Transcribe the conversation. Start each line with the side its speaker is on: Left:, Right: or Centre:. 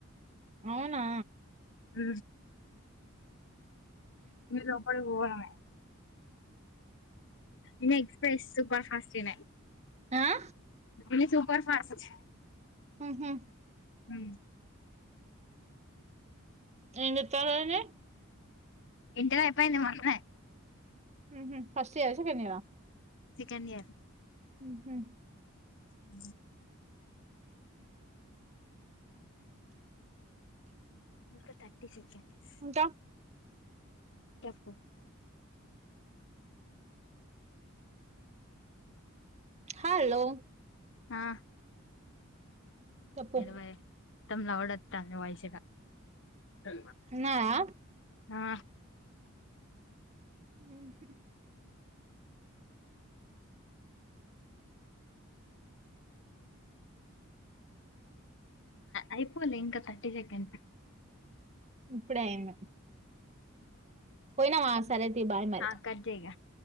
Right: అవునా
Left: ఆ మీరు లోపలికి పోవడమే ఇన్ ఎక్స్్రెస్ సూపర్ ఫాస్ట్ ఎనయే
Right: ఆ
Left: ఇది సుపర్ ఫాస్ట్
Right: మ్ హు
Left: హు
Right: ఎం చేతర్రు ఆయనే
Left: ఇంటర్ అయిపోయింది మొన్ననే
Right: మ్ హు ఫస్ట్ ఇయర్ సెకండ్ ఇయర్ ఆ
Left: సెకండ్ ఇయర్
Right: హ
Left: అ ఇంకా తర్టీ సెకండ్స్
Right: ఇంకా
Left: చెప్పు
Right: హలో
Left: ఆ
Right: చెప్పు
Left: మొత్తం లవుడ్ వాతంది వాయిస్ ఇగా చే
Right: ఉన్నావా
Left: ఆ
Right: హ
Left: అయిపోవలేి ఇంకా థర్టీ సెకండ్స్
Right: ఇప్పుడే అయ్యిన్ది పోయినవా ఆస్ సరే తి బాయ్ మరి
Left: ఆ కట్ చేయ్ ఇగ